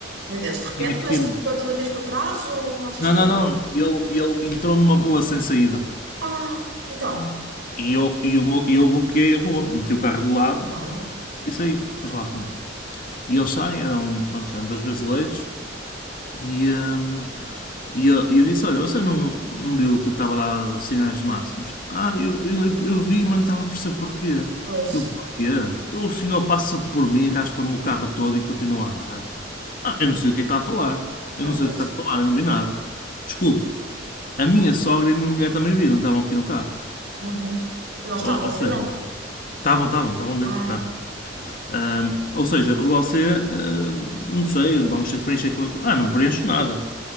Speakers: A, on the right; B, on the left.
A: Meu Deus, de repente,
B: E Ainda por
A: mas
B: cima.
A: tipo, tu bates por trás ou achas
B: Não,
A: que foi?
B: não, não. Ele, ele entrou numa rua sem saída.
A: Ah, então,
B: E eu, e eu, eu bloqueei a rua, meti o carro de lado
A: claro.
B: e saí, fui falar com ele. E eles saem, eram, pronto, eram dois brasileiros, e, hum, e eu, e eu disse, olha, você não, não viu que eu estava a dar sinais máximos? Ah, eu, eu, eu vi, mas não estava a perceber porquê.
A: Pois,
B: Eu, porquê? Então o senhor passa por mim, raspa-me o carro todo e continua a andar. Ah, eu não sei o que é que está a falar. Eu
A: ah,
B: não sei
A: pois.
B: o que está a falar, eu não vi nada. Desculpe, a minha sogra e a minha mulher também viram, estavam aqui no carro.
A: Uhum. Não estavam,
B: Ou, ou
A: se
B: seja,
A: calhar.
B: Estavam, estavam, estavam dentro
A: Ah,
B: do carro. Ahm, ou seja, você, ah, não sei, vamos ter que preencher aqui uma... co- Ah, não preencho nada.